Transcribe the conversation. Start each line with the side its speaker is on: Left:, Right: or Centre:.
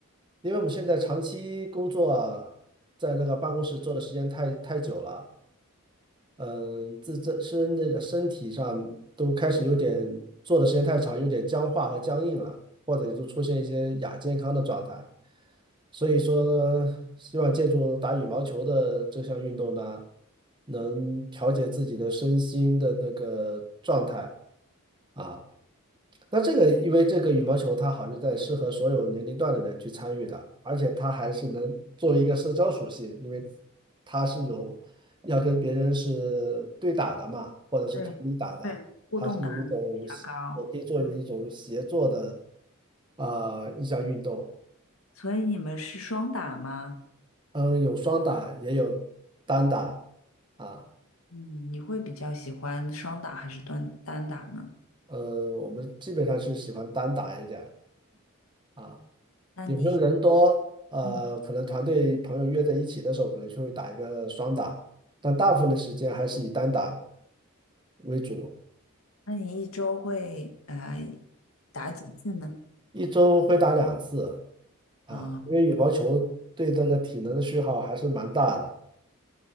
Right: 因为我们现在长期工作啊，在那个办公室坐的时间太太久了，嗯，自自身个身体上都开始有点坐的时间太长，有点僵化和僵硬了，或者就出现一些亚健康的状态。所以说，希望借助打羽毛球的这项运动呢，能调节自己的身心的那个状态啊。那这个，因为这个羽毛球它好就在适合所有年龄段的人去参与的，而且它还是能作为一个社交属性，因为它是有要跟别人是对打的嘛，或者是团体打的，
Left: 对，对，互动感比较高。
Right: 它是有一种也可以作为一种协作的
Left: 嗯
Right: 啊、呃一项运动。
Left: 所以你们是双打吗？
Right: 嗯，有双打，也有单打啊。
Left: 嗯，你会比较喜欢双打还是单单打呢？
Right: 呃，我们基本上是喜欢单打一点儿啊。
Left: 那你一
Right: 有时候人多，呃，
Left: 嗯，
Right: 可能团队朋友约在一起的时候，可能就会打一个双打，但大部分的时间还是以单打为主，
Left: 那你一周会呃打几次呢？
Right: 一周会打两次啊，
Left: 啊、
Right: 因为羽毛球对这个体能的消耗还是蛮大的。